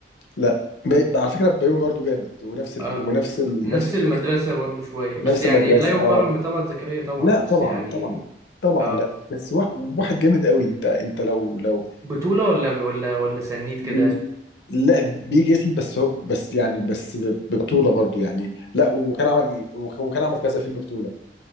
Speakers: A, on the left; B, on the right.
A: لا بي... على فكره بيومي برضه جامد ونفس ال...
B: آه.
A: ونفس ال...
B: نفس
A: نفس الفكره
B: المدرسة برضو شوية بس
A: نفس
B: يعني
A: المدرسه
B: لا يقارن
A: اه
B: بطلعت زكريا طبعا
A: لا
B: بس
A: طبعا
B: يعني
A: طبعا طبعا
B: اه
A: لا بس وا- واحد جامد قوي انت انت لو لو
B: بطولة ولا ولا ولا سنيد
A: بي...
B: كده
A: لا بيجي اسم بس هو بس يعني بس ب- ببطولة برضو يعني لا وكان عمل وك- وكان عمل كذا فيلم بطولة